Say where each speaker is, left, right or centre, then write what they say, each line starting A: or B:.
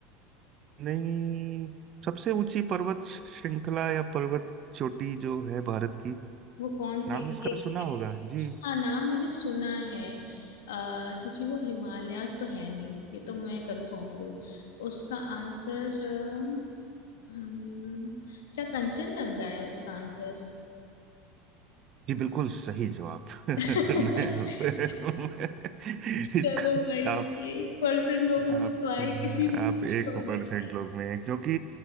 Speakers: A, on the right; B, on the left.
A: नहीं सबसे ऊंची पर्वत श्रृंखला या पर्वत चोटी जो है भारत की
B: वो कौन सी
A: नाम
B: है?
A: इसका
B: एक
A: सुना
B: सेकेंड
A: होगा जी
B: हाँ नाम मैंने सुना है आ, क्योंकि वो हिमालयास तो है नहीं ये तो मैं कंफर्म हूँ उसका आंसर अ, हम्म, क्या कंचनजंगा है उसका आंसर
A: जी बिल्कुल सही जवाब <laughs>
B: <laughs>
A: मैं मैं इसका
B: चलो भाई
A: आप
B: एक परसेंट लोगों
A: आप
B: में तो आई किसी में तो
A: आप
B: कुछ
A: एक
B: तो मैंने
A: परसेंट
B: बताया
A: लोग में हैं क्योंकि